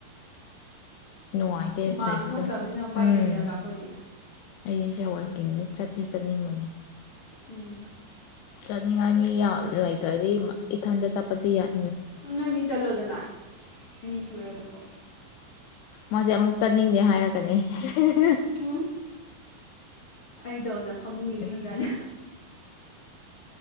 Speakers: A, on the left (about 80°); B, on the left (about 40°).
A: ꯅꯨꯡꯉꯥꯏꯇꯦ
B: ꯍꯨꯃꯥꯡ
A: ꯂꯩꯕꯗꯣ
B: ꯊꯣꯛꯇꯕꯅꯤꯅ ꯎꯄꯥꯏ
A: ꯎꯝ
B: ꯂꯩꯇꯦꯕ ꯑꯩꯈꯣꯏꯗꯤ
A: ꯑꯩꯁꯦ ꯋꯥ꯭ꯔꯀꯤꯡꯗꯤ ꯆꯠꯇꯤ ꯆꯠꯅꯤꯡꯕꯅꯦ
B: ꯎꯝ
A: ꯆꯠꯅꯤꯡꯉꯥꯏ ꯃꯤ ꯌꯥꯎ ꯂꯩꯇ꯭ꯔꯗꯤ ꯏꯊꯟꯗ ꯆꯠꯄꯗꯤ ꯌꯥꯏ
B: ꯅꯣꯏꯅꯤ ꯆꯠꯂꯣꯗꯅ ꯑꯅꯤ ꯁꯨꯔꯗꯨꯕꯣ
A: ꯃꯥꯁꯦ ꯑꯃꯨꯛ ꯆꯠꯅꯤꯡꯗꯦ ꯍꯥꯏꯔꯛꯀꯅꯤ ꯍꯤꯍꯤ
B: ꯎꯝ ꯑꯩꯗꯧꯅ ꯐꯃꯨꯡꯒꯤ
A: ꯑꯗꯨꯒꯤꯅꯦ
B: ꯃꯤ ꯑꯣꯖꯥꯠꯅꯤ